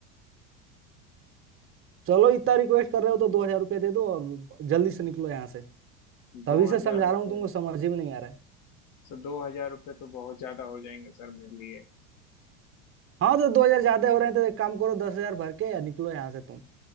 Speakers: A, on the right; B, on the left.
A: चलो इतना रिक्वेस्ट कर रहे हो तो दो हजार रुपये दे दो और जल्दी से निकलो यहाँ से तभी
B: दो
A: से
B: हजार
A: समझा
B: रुपये
A: रहा हूँ तुमको समझ ही में नहीं आ रहा है
B: सर दो हजार रुपये तो बहुत ज्यादा हो जाएंगे सर मेरे लिए
A: हाँ तो दो हजार ज्यादा हो रहे हैं तो एक काम करो दस हजार भर के या निकलो यहाँ से तुम